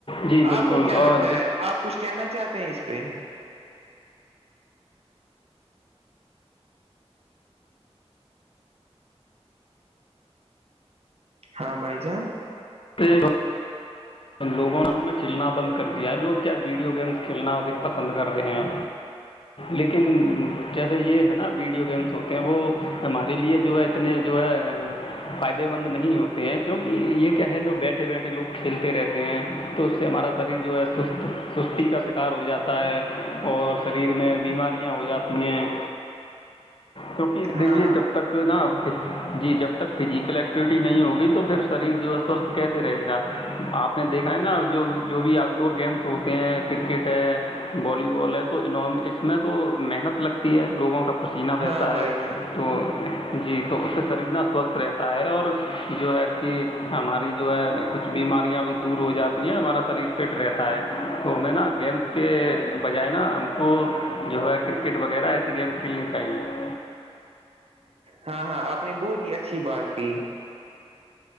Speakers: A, on the left; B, on the right.
A: جی بالکل
B: آپ کو کیا لگتا
A: اور
B: ہے آپ کچھ کہنا چاہتے ہیں اس پہ ہاں بائی جا
A: ج ان لوگوں نے انوں نے کھیلنا بند کر دیا ہے لوگ کیا ویڈیو گیمز کھیلنا ادک پسند کر رہے ہیں لیکن جیسے یہ ہے نا ویڈیو گیمس ہوتے ہیں وہ ہمارے لیے جو ہے اتنے جو ہے فائدے مند نہیں ہوتے ہیں کیونکہ یہ کیا ہے جو بیٹھے بیٹھے لوگ کھیل رہتے ہیں تو اس سے ہمارا شریر جو ہے سست سستی کا شکار ہو جاتا ہے اور شریر میں بیماریاں ہو جاتی ہیں کیونکہ
B: ہاں
A: دیکھیے
B: ہاں
A: جب تک جی جب تک فزیکل ایکٹیوٹی نہیں ہوگی تو پھر شریر جو ہے سوستھ کیسے رہے گا آپ نے دیکھا ہے نا جو جو بھی آؤٹ ڈور گیمس ہوتے ہیں کرکٹ ہے والی بال ہے تو اس میں تو محنت لگتی ہے لوگوں کا پسینہ رہتا
B: ہاں بھائی
A: ہے
B: جان
A: تو جی تو اس سے شریر نہ سوستھ رہتا ہے اور جو ہے کہ ہماری جو ہے کچھ بیماری بھی دور ہو جاتی ہیں ہمارا شری فٹ رہتا ہے تو ہمیں نا گیمس کے بجائے نا ہم کو جو ہے کرکٹ وغیرہ ایسی گیم کھیلنی چاہیے
B: ہاں ہاں آپ نے بہت ہی اچھی بات کہ